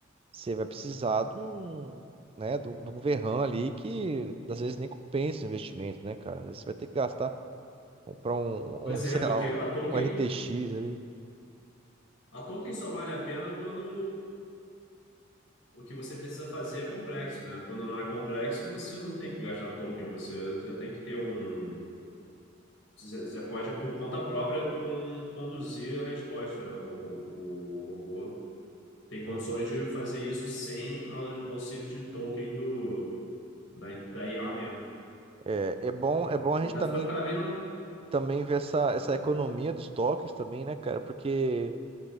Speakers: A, on the right; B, on the left.
A: você vai precisar de um, né, de um de um verran ali que às vezes nem compensa o investimento, né, cara? Às vezes Você vai ter que gastar, comprar um,
B: pois
A: um sei
B: é, porque
A: lá, um,
B: a token,
A: um RTX ali.
B: a token só vale a pena quando o que você precisa fazer é complexo, né? Quando não é complexo, você não tem que gastar token, você já tem que ter um Você você pode, por conta própria, con- conduzir a resposta. O, o- o robô tem condições
A: Uhum.
B: de fazer isso sem au- auxílio de token do, da, da IA mesmo.
A: É, é bom, é bom a
B: E
A: gente
B: tá
A: também,
B: ficando cada vez mais.
A: também ver essa, essa
B: ah.
A: economia dos toques também, né, cara? Porque